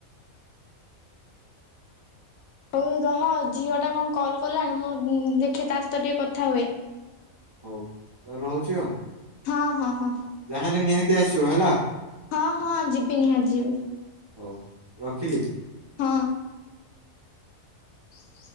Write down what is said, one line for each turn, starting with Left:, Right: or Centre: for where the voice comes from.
Left: ହଉ ରହ ଝିଅ ଟା କଣ କଲ କଲାଣି ମୁଁ ଦେଖେ ତା ସହିତ ଟିକେ କଥା ହୁଏ।
Right: ହଉ ରହୁଛି ଆଉ।
Left: ହଁ ହଁ ହଁ।
Right: ଯାହାହେଲେ ନିହାତି ଆସିବ ହେଲା।
Left: ହଁ ହଁ ଯିବି ନିହାତି ଯିବି।
Right: ହଉ ରଖିଲି।
Left: ହଁ। <inaudible>